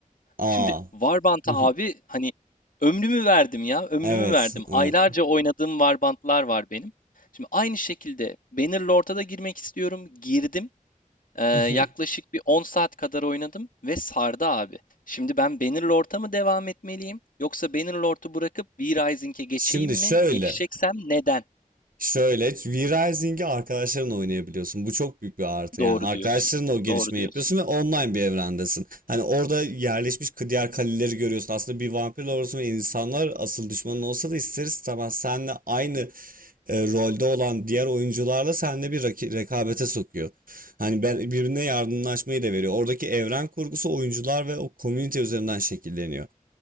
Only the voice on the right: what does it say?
Aa.
<laughs>
Evet,
evet.
<laughs>
Şimdi
şöyle.
Şöyle V-Rising'i arkadaşlarınla oynayabiliyorsun. Bu çok büyük bir artı.
Yani arkadaşlarınla
o gelişmeyi
yapıyorsun ve online bir evrendesin. Hani orada yerleşmiş diğer kaleleri görüyorsun. Aslında bir vampir olursun ve insanlar asıl düşmanın olsa da ister istemez seninle aynı e, rolde olan diğer oyuncularla seninle bir raki- rekabete sokuyor. Hani ben birbirine yardımlaşmayı da veriyor. Oradaki evren kurgusu oyuncular ve o komünite üzerinden şekilleniyor.